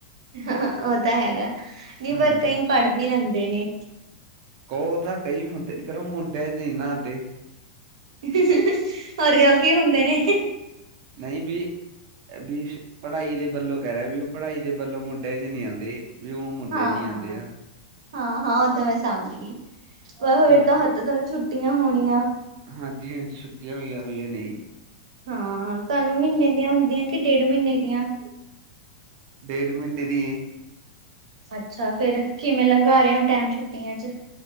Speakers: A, on the right; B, on the right.
A: ਹਾਂ ਉਹ ਤਾਂ ਹੈਗਾ ਨਹੀਂ ਪਰ
B: ਹਾਂਜੀ
A: ਕਈ ਪੜ ਵੀ ਲੈਂਦੇ ਨੇ।
B: ਉਹ ਤੇ ਕਈ ਹੁੰਦੇ ਨੇ ਫਿਰ ਉਹ ਮੁੰਡਿਆਂ 'ਚ ਨਹੀਂ ਆਂਦੇ।
A: <inaudible> ਹੋਰ ਕਿਉ ਕੀ ਹੁੰਦੇ ਨੇ।
B: ਨਹੀਂ ਵੀ, ਬੀਸ਼ ਪੜ੍ਹਾਈ ਦੇ ਵੱਲੋਂ ਕਹਿ ਰਿਹਾ ਵੀ ਉਹ ਪੜ੍ਹਾਈ ਦੇ ਵੱਲੋਂ ਮੁੰਡੇ ਜਿਹੇ ਨਹੀਂ ਆਉਂਦੇ। ਵੀ ਉਹ ਮੁੰਡਿਆਂ
A: ਹਾਂ-ਹਾਂ,
B: 'ਚ ਹੀ ਆਉਂਦੇ ਆ
A: ਹਾਂ-ਹਾਂ ਉਹ ਤਾਂ ਮੈਂ ਸਮਝ ਗਈ। ਬਸ
B: ਕਿਉਂਕਿ
A: ਫਿਰ ਤਾਂ ਤੇ ਦੋਨੋਂ ਛੁੱਟੀਆਂ ਹੋਣੀਆਂ।
B: ਹਾਂਜੀ-ਹਾਂਜੀ ਛੁੱਟੀਆਂ ਹੋਈਆਂ-ਹੋਈਆਂ ਨੇ ਜੀ।
A: ਹਾਂ ਤੁਹਾਨੂੰ ਮਹੀਨੇ ਦੀਆਂ ਹੁੰਦੀਆਂ ਕਿ ਡੇਢ ਮਹੀਨੇ ਦੀਆਂ?
B: ਡੇਢ ਮਹੀਨੇ ਦੀ
A: ਅੱਛਾ ਫਿਰ ਕਿਵੇਂ ਲੰਘਾ ਰਹੇ ਹੋ ਟਾਈਮ ਛੁੱਟੀਆਂ ਚ?